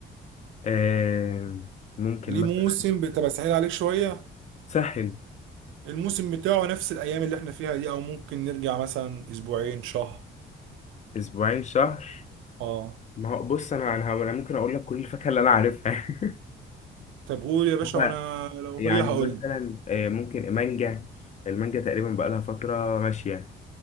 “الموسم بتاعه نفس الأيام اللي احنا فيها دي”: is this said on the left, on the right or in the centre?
Right